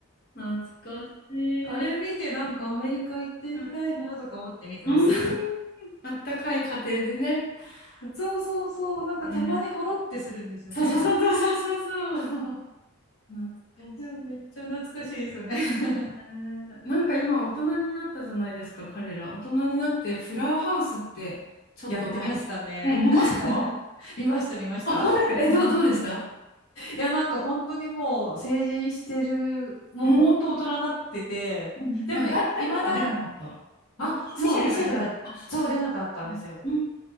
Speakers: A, on the left; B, on the left.
A: 懐かしい。
B: あれ見て、なんかアメリカ行ってみたいなとか思って見てました。
A: はいうん。あったかい家庭でね。
B: <laughs> そうそうそう。なんかたまにほろってするんですよね。
A: ねそうそうそうそうそうそう。
B: <laughs>
A: 懐かしい
B: いや、めっちゃ懐かしいですよね。<laughs>
A: ね。なんか今大人になったじゃないですか、彼ら。大人になってフラーハウスってちょっと前に。
B: やってましたね。
A: ね、見ました
B: <laughs> 見ました、見ました。
A: あ、本当ですかえ、どう、どうでした
B: いや、なんか本当にもう成人してる、もう本当大人になってて、
A: うん、うん、うん。
B: でもい、
A: なんか誰、誰かが出なかった。
B: いまだ、
A: ミシミシェルが出ない。
B: あ、そう、ミシェルは、
A: あ、
B: そう出なかったんですよ。
A: そっか。うんう